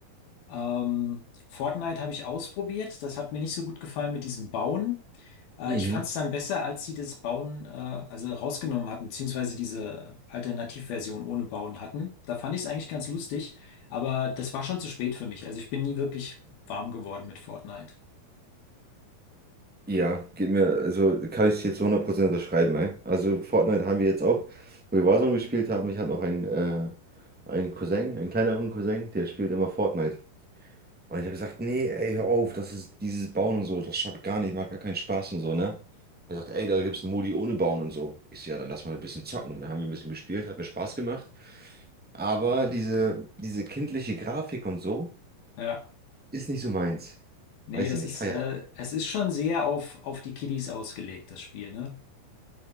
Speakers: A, on the left (about 80°); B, in the centre.
A: Ähm, Fortnite habe ich ausprobiert. Das hat mir nicht so gut gefallen mit diesem Bauen. Äh,
B: Mhm.
A: ich fand es dann besser, als sie das Bauen äh, also rausgenommen hatten, beziehungsweise diese Alternativversion ohne Bauen hatten. Da fand ich es eigentlich ganz lustig, aber das war schon zu spät für mich. Also ich bin nie wirklich warm geworden mit Fortnite.
B: Ja, geht mir, also kann ich es jetzt zu 100% unterschreiben, ey. Also Fortnite haben wir jetzt auch, wo wir Warzone gespielt haben. Ich habe noch einen, äh, einen Cousin, einen kleineren Cousin, der spielt immer Fortnite. Und ich habe gesagt, nee, ey, hör auf, das ist dieses Bauen und so, das schafft gar nicht, macht gar keinen Spaß und so, ne? Er sagt, ey, da gibt es einen Modi ohne Bauen und so. Ich so, ja, dann lass mal ein bisschen zocken. Und Dann haben wir ein bisschen gespielt, hat mir Spaß gemacht. Aber diese, diese kindliche Grafik und so
A: Ja,
B: ist nicht so meins.
A: nee,
B: Weiß
A: das
B: ich nicht,
A: ist,
B: feier
A: äh,
B: ich.
A: es ist schon sehr auf, auf die Kiddies ausgelegt, das Spiel, ne?